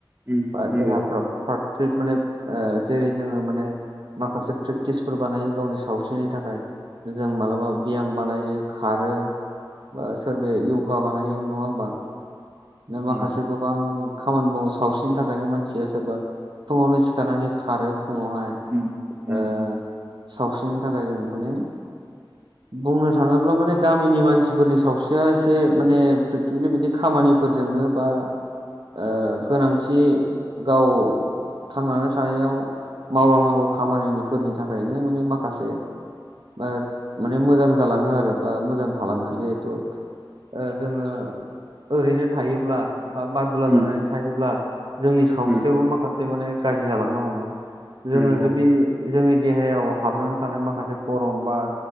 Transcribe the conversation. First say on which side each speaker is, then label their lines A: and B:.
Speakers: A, on the right; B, on the right.
A: उम
B: बा
A: नंगौ
B: देहाफ्रा फ्राद फ्रित माने ओ जेरै जोङो माने माखासे प्रेक्टिसफोर बानायो गावनि सावस्रिनि थाखाय जों मालाबा बियाम बानायो खारो। ओ सोरबाया यगा बनायो नङा ओमबा? दा माखासे
A: उम
B: गोबां खामानि मावो सावस्रिनि थाखायनो मानसिया सोरबा फुङावनो सिखारनानै खारो फुङावहाय।
A: उम उम
B: ओ सावस्रिनि थाखाय जों माने बुंनो थाङोब्ला माने गामिनि मानसिफोरनि सावस्रिया एसे माने प्रेकटिकेलि बिदि खामानि फोरजोंनो बा ओ गोनांथि गाव थांनानै थानायाव मावलांनांगौ खामानिफोरनि थाखायनो माने माखासे ओब माने मोजां जालाङो आरो बा मोजां थालाङो जिहेतु ओ जोङो ओरैनो थायोब्ला बा बादुला जानानै
A: उम
B: थायोब्ला जोंनि सावस्रियाबो
A: उम
B: मा खासे माने गाज्रि जालांनो हमो जोङो
A: नंगौ
B: जुदि जोंनि देहायाव हाबनानै थानाय माखासे गरम बा